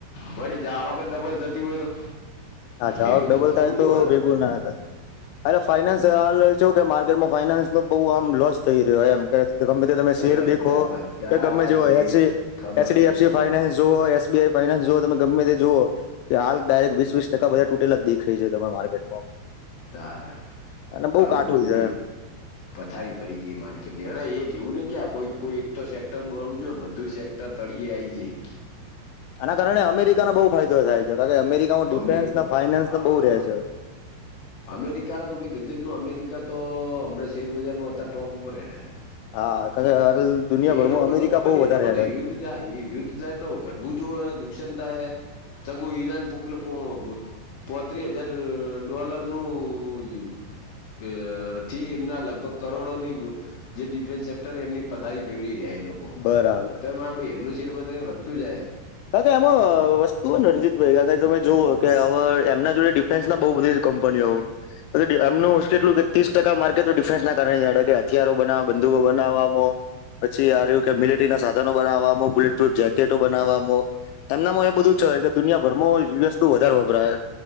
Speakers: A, on the left; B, on the left.
A: પણ જ્યા આવક જ ડબલ થતી હોય તો?
B: જાવક
A: ભેગું
B: ડબલ
A: તરવું
B: થાય તો
A: જોવે ને
B: ભેગુ ના અ અરે ફાઈનાન્સ આ <unintelligible> ચેવુ કે માર ઘેર માં ફાઈનાન્સ નો બો આમ લોસ થઈ રહ્યો એમ કે કે ગમે તે તમે
A: ભાઈ
B: શેર
A: બધા
B: દેખો
A: બધા
B: કે ગમે જ
A: શેર
B: ઓય એ ચ એ
A: ખબર
B: ચ ડી
A: નહીં
B: ફ સી ફાઈનાન્સ
A: ભાઈ
B: જુઓ અ સ બી આ ઈ ફાઇનાન્સ જો તમે ગમે તે જુઓ કે હાલ ડાયરેક્ટ વીસ વીસ ટકા બધા તૂટેલા જ દેખય જાય તમાર માર્કેટમાં.
A: તાર
B: અને
A: ઘણું
B: બહુ કાટું
A: બધું ભઈ
B: છે એમ
A: પથારી ફરી જઈ માર્કેટની એક એવું નય કે આ કોઈ કોઈ એક તો સેક્ટર બોલવું જોઈ ને બધું સેક ટર તળયે આઈ જાઈ.
B: આના કારણે અમેરિકાનો બો ફાયદો થાય છે કા કે અમેરિકામાં
A: અમેરિકા
B: ડિફેન્સ ને ફાઈનાન્સ
A: હા
B: તો બો રેસે હવે.
A: અમેરિકાના તો ભઈ ગજબ નો અમેરિકા તો હમણાં શેરબજારમાં અતા ટોપ ઉપર હેડે હે.
B: હા <unintelligible>
A: એ લોકો
B: અમેરિકા
A: તો ખબર
B: બહુ
A: ની
B: વધારે
A: એ લોકો
B: હેડે
A: તો યુદ્ધ થાય એ યુદ્ધ થાય તો ઘટવું જો અ નુકસાન થાહે, તંગુ ઈરાન પોપુલો પો અ પોત્રી હજાર ડોલર નું યુ બઅ થી એમના લગભગ કરોડોની જે ડિફેન્સ સેક્ટરન એમની પથારી ફેવરી રહ્યા એ લોકો
B: બરાબર
A: તો માં વળી એમનું શેર બજાર વધતું જાહે.
B: કા કે એમાં અ વસ્તુઓ રંજિતબઈ તમે જુઓ કે અવે એમના જોડે ડી ફેન્સ ના બો બધી કંપનીઓ <unintelligible> એમનું કેટલું કે ત્રીસ ટકા માર્કેટ ડિફરન્સ ના કારણેે કે હથયારો બના બંદુકો બનાવમાં પછી આર્યું કે મિલેટરી ના સાધનો બનાવામાં બુલેટ પ્રુફ જેકેટો બનાવા માં એમનામાં એ બધું છે કે દુનિયાભરમાં યુએનુ વધારે વપરાહે.